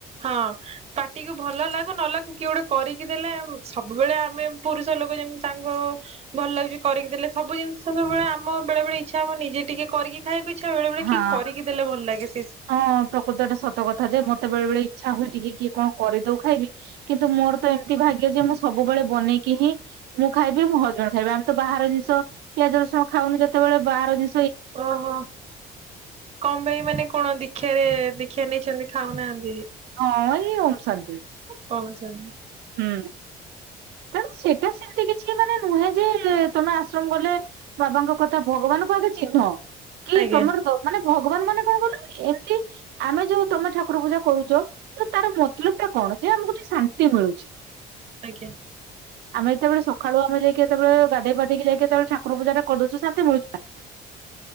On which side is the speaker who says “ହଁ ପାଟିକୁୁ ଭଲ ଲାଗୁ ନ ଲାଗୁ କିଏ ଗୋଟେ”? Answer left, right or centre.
Right